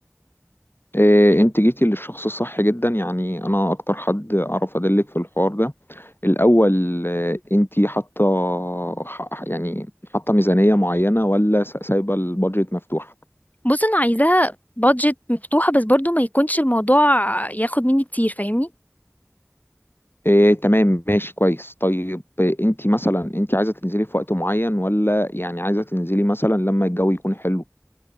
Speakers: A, on the left (about 50°); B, on the left (about 35°).
A: إيه، انت جيتي للشخص الصح جدا يعني انا اكتر حد اعرف ادلك في الحوار ده الاول إيه، انت حاطه ح- يعني حاطه ميزانيه معينه ولا س- سايبه البادجت مفتوح
B: بص انا عايزاها بادجت مفتوحه بس برضو ما يكونش الموضوع ياخد مني كتير فاهمني
A: إيه تمام ماشي كويس طيب إيه، انت مثلا انت عايزه تنزلي في وقت معين ولا يعني عايزه تنزلي مثلا لما الجو يكون حلو